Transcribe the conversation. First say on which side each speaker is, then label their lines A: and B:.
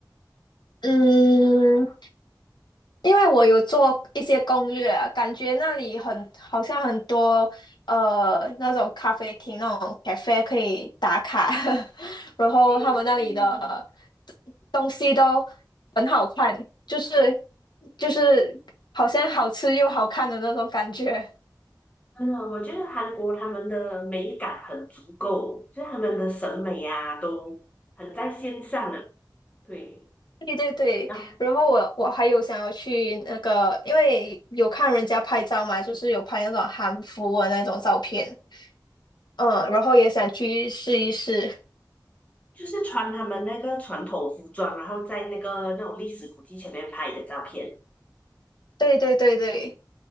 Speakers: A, on the left (about 80°); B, on the left (about 20°).
A: 嗯，因为我有做一些攻略啊，感觉那里很好像很多呃那种咖啡厅那种 cafe 可以打卡，<laughs> 然后他们那里的
B: 诶，是，
A: 东西都很好看，就是就是好像好吃又好看的那种感觉。<laughs>
B: 嗯，我觉得韩国他们的美感很足够，就是他们的审美啊都很在线上啊。对，
A: 对对对，
B: 然后
A: 然后我我还有想要去那个，因为有看人家拍照嘛，就是有拍那种韩服的那种照片，嗯，然后也想去试一试。
B: 就是穿他们那个传统服装，然后在那个那种历史古迹前面拍的照片。
A: 对对对对，